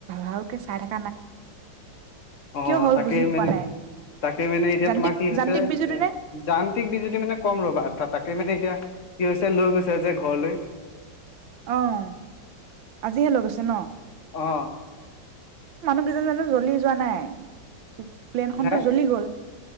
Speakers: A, on the right; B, on the left.
A: ভালকে চাই থাক
B: অ'
A: হ'ল
B: তাকে
A: বুজি
B: মানে,
A: পোৱা নাই।
B: তাকে মানে এতিয়া
A: যান্ত্ৰিক
B: তোমাৰ কি
A: যান্ত্ৰিক
B: হৈছে,
A: বিজুতি
B: এ
A: নে?
B: যান্ত্ৰিক বিজুতি মানে কম ৰবা তাকে মানে, এতিয়া কি হৈছে, লৈ গৈছে যে ঘৰলৈ
A: আহ, আজিহে লৈ গৈছে ন।
B: অ
A: মানুহ কেইজন জানো জ্বলি যোৱা নাই। প্লেনখনতো
B: হে
A: জ্বলি গ'ল।